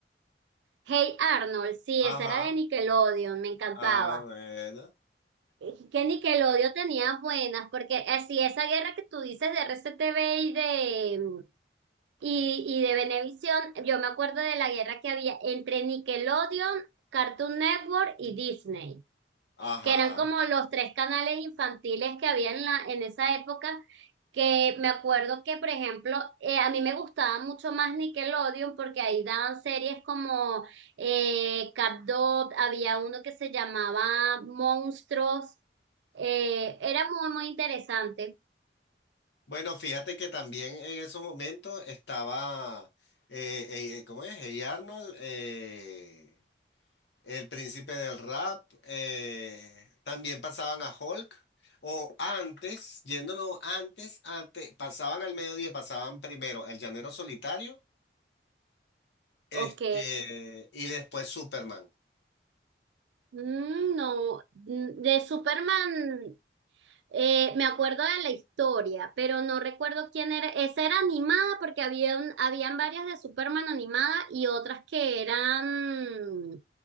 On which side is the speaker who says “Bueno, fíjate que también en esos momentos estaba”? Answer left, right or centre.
Left